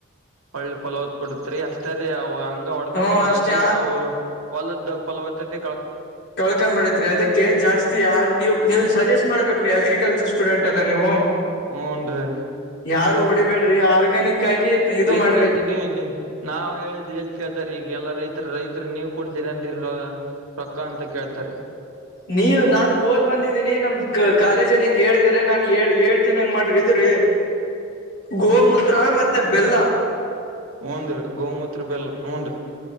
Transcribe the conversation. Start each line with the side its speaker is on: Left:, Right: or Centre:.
Right: ಒಳ್ಳೆ ಪಲೋಾವತ್ ಕೊಡತ್ರಿ ಅಷ್ಟ ರಿ ಅವುಂಗ ಹೊಡ್ಕೊಂತ
Left: ಹ್ಮ
Right: ಹೋದಂಲ್ಲದ
Left: ಅಷ್ಟೇ
Right: ಫವತ್ತತೆ
Left: ಕಳ್ಕಂಬೇತ್ರಿ ಅದಕ್ಕೆ ಜಾಸ್ತಿ ಯಾರ್ ನೀಲ್ ಸಜೆಸ್ಟ್ ಮಾಡ್ಬೇಕು ರೀ ಅಗ್ರಿಕಲ್ಚರ್ ಸ್ಟೂಡೆಂಟ್ ಎಲ್ಲ ನೀವು
Right: ಹನ್ ರೀ
Left: ಯಾರು ಹೊಡಿಬೇಡ್ರಿ ಆರ್ಗ್ಯಾನಿಕ್ ಆಗಿ ಇದು
Right: ಈಗ ಎಲ್ಲಿ
Left: ಮಾಡ್ರಿ
Right: ಕೇಳ್ತ ನೀವ ನಾವ್ ಹೇಳಿದ್ ಎಲ್ಲಿ ಕೇಳ್ತಾರ ಈಗ ಎಲ್ಲಾ ರೈತರು ರೈತ ನೀವ ಕೊಡ್ತೀರಿಏನ್ರಿ ರೊಕ್ಕ ಅಂತ ಕೇಳ್ತಾರೆ
Left: ನೀವ ನಾನ್ ಓದ್ ಬಂದಿದ್ದೀನಿ ನಮ್ ಕ ಕಾಲೇಜಲ್ಲಿ ಹಿಂಗ್ ಹೇಳಿದರೆ ನಾನ್ಳ್ ಹೇಳ್ತೀನಿ ಹಂಗ ಮಾಡ್ರಿ ಇದ್ರಿ ಗೋಮೂತ್ರ ಮತ್ತೆ ಬೆಲ್ಲ
Right: ಹೂನ್ರಿ ಗೋಮೂತ್ರ ಬೆಲ್ಲ ಹೂನ್ರಿ